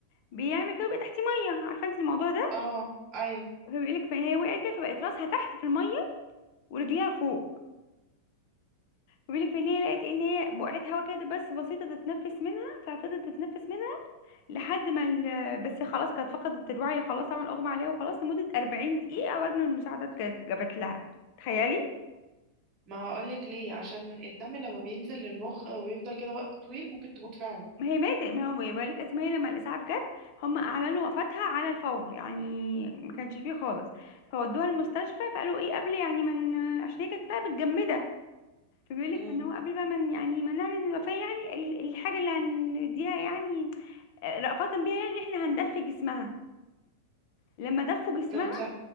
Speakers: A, on the left; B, on the right.
A: بيعمل كده ويبقى تحت ميه عارفه انت الموضوع ده
B: اه ايوه
A: فبيقول لك فهي وقعت كده فبقت راسها تحت في الميه ورجليها فوق بيقول لك فان هي لقت ان هي بقعت هوا كده بس بسيطه تتنفس منها ففضلت تتنفس منها لحد ما ال... بس خلاص كانت فقدت الوعي خلاص طبعا اغمى عليها وخلاص لمده 40 دقيقه قبل ما المساعدات جت- جابت لها تخيلي
B: ما هقولك ليه عشان الدم لما بينزل للمخ ويفضل كده وقت طويل ممكن تموت فعلا
A: ما هي ماتت ما هو بقول لك اسمها هي لما الاسعاف جت هم اعلنوا وفاتها على الفور يعني ما كانش فيه خالص فودوها المستشفى فقالوا ايه قبل يعني من عشان هي كانت بقى متجمده فبيقول لك
B: امم
A: ان هو قبل بقى من يعني ما نعلن الوفاه يعني ال- الحاجه اللي هنديها يعني آه، رأفة بيها يعني ان احنا هندفي جسمها لما دفوا جسمها
B: طب انت